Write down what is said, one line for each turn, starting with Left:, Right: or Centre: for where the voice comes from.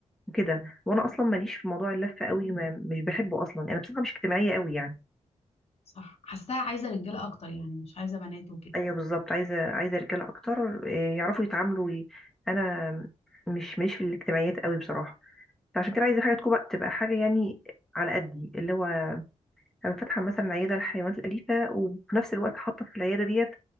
Centre: وكده وأنا أصلا ماليش في موضوع اللف قوي ما مش بحبه أصلا أنا بصراحة مش اجتماعية قوي يعني
Left: صح حاساها عايزه رجاله اكتر يعني مش عايزه بنات وكده
Centre: ايوه بالظبط عايزه عايزه رجاله اكتر آه، يعرفوا يتعاملوا وي... انا مش مش في الاجتماعيات قوي بصراحه فعشان كده عايزه حاجه تكون بقى- تبقى حاجه يعني على قدي اللي هو انا فاتحه مثلا عياده للحيوانات الاليفه وفي نفس الوقت حاطه في العياده ديت